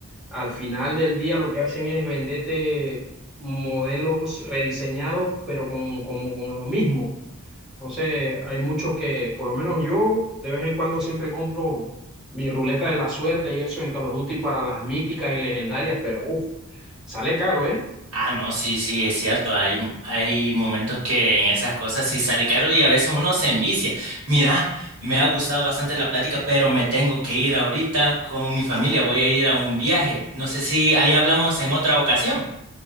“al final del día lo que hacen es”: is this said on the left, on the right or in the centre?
Centre